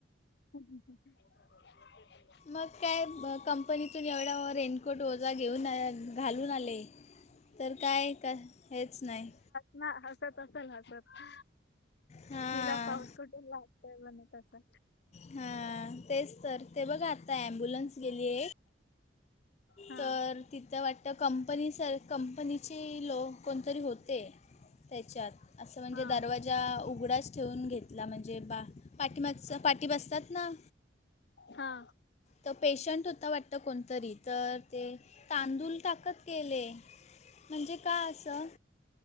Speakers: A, on the left; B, on the left.
A: <unintelligible> <inaudible>
B: मग काय ब कंपनीतून एवढा रेनकोट ओझा घेऊन घालून आले. तर काय का हेच नाहीं.
A: ना हसत असल हसत,
B: हां
A: हिला पाऊस कुठून लागेल. ठेवला मी तसा.
B: हा तेच तर ते बघा आता अम्बुलन्स गेली आहे.
A: हा
B: तर तिथं वाटत त्या कंपनी सर कंपनीचे लोग कोणतरी होते त्याच्यात असं म्हणजे
A: हा
B: दरवाजा उघडाच ठेऊन घेतला म्हणजे, बा पाठीमागच पाठीबसतात ना.
A: हा.
B: तर पेशंट होता वाटत कोणतरी, तर ते तांदूळ टाकत गेले. म्हणजे का असं.